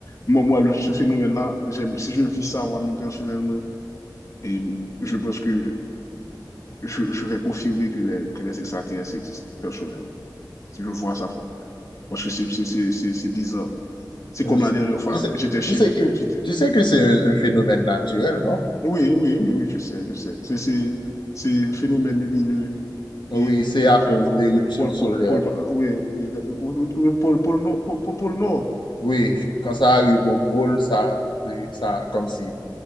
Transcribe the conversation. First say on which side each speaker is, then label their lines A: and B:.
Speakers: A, on the left; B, on the left.
A: Moi, moi, le- ce phénomène-là, j'aime, si je vis ça moi-même personnellement, Et je pense que je, je vais confirmer que les, que les extraterrestres existent, personnellement. Si Je vois ça. frère. Parce que c'est c'est- c'est- c'est- c'est bizarre. C'est
B: Euh,
A: comme la dernière fois,
B: Tu sais,
A: j'étais chez...
B: tu sais que,
A: j'étais-
B: tu sais que c'est
A: Hmm?
B: un, un phénomène naturel, non?
A: Oui, oui, oui, oui, je sais, je sais. C'est c'est- c'est un phénomène lumineux
B: Oui,
A: et
B: c'est
A: qui se
B: à cause
A: fait au-
B: d'éruptions
A: au pôle,
B: solaires.
A: pôle, pôle- oui, oui, au- au- au pôle, pôle nord, pôle- pôle- pôle nord.
B: Oui, quand ça arrive au pôle, ça, oui, ça comme si